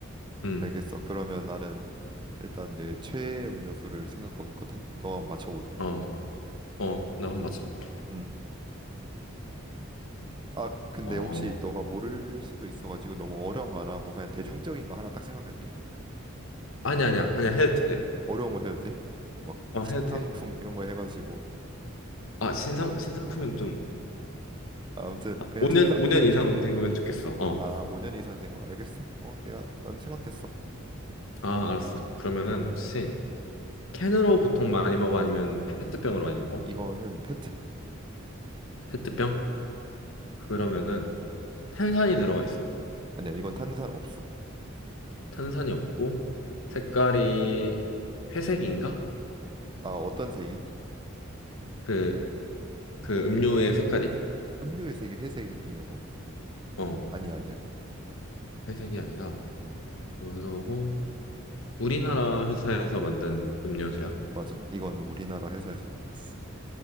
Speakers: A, on the left; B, on the right.
A: 음,
B: 알겠어. 그러면 나는 일단 내 최애 음료수를 생각하고 있거든. 너가 한번 맞춰볼래?
A: 어, 어, 나 한번 맞춰볼게.
B: 음. 아, 근데
A: 어,
B: 혹시 너가 모를 수도 있어가지고 너무 어려운 거 안 하고 그냥 대중적인 거 하나 딱 생각할게.
A: 아니 아니야, 아니야 해도 돼.
B: 어려운 거 해도 돼? 막
A: 어,
B: 신상품
A: 해도 돼.
B: 이런 거 해가지고
A: 아, 신상 신상품은 좀
B: 아무튼
A: 아,
B: 그냥
A: 5년
B: 적당
A: 오 년 이상 된 거면 좋겠어. 어,
B: 아, 5년 이상 된 거 알겠어? 어, 내가 난 생각했어.
A: 아, 알았어. 그러면은 혹시 캔으로 보통 많이 먹어 아니면 페트병으로 많이 먹어?
B: 이거는 페트야.
A: 페트병?
B: 음.
A: 그러면은 탄산이 들어가 있어?
B: 아니야, 이건 탄산 없어.
A: 탄산이 없고
B: 음.
A: 색깔이 회색인가?
B: 아, 어떤 색이?
A: 그, 그 음료의 색깔이?
B: 음료의 색이 회색이냐고?
A: 어,
B: 아니, 아니야.
A: 회색이 아니라
B: 음.
A: 그러고 우리나라 회사에서 만든 음료수야?
B: 맞아. 이거는 우리나라 회사에서 만들었어.